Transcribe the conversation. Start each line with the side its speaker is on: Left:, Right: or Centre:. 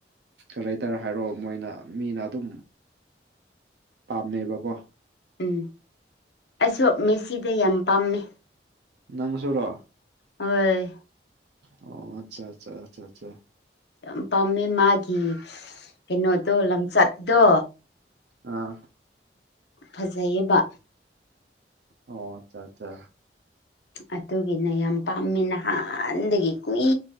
Right: ꯀꯥꯂꯦꯇꯔ ꯍꯥꯏꯔꯣ ꯃꯣꯏꯅ ꯃꯤꯅ ꯑꯗꯨꯝ ꯄꯥꯝꯅꯩꯕꯀꯣ
Left: ꯎꯝ ꯑꯩꯁꯨ ꯃꯦꯁꯤꯗ ꯌꯥꯝ ꯄꯥꯝꯃꯦ
Right: ꯅꯪꯁꯨꯨꯔꯣ
Left: ꯍꯣꯏ
Right: ꯑꯣ ꯑꯆꯥ ꯑꯆꯥ ꯑꯆꯥ ꯑꯆꯥ
Left: ꯌꯥꯝ ꯄꯥꯝꯃꯦ ꯃꯥꯒꯤ ꯀꯩꯅꯣꯗꯣ ꯂꯝꯆꯠꯇꯣ
Right: ꯑꯥ
Left: ꯐꯖꯩꯌꯦꯕ
Right: ꯑꯣ ꯑꯆꯥ ꯑꯠꯆꯥ
Left: ꯑꯗꯨꯒꯤꯅ ꯌꯥꯝ ꯄꯥꯝꯃꯤ ꯅꯍꯥꯟꯗꯒꯤ ꯀꯨꯏ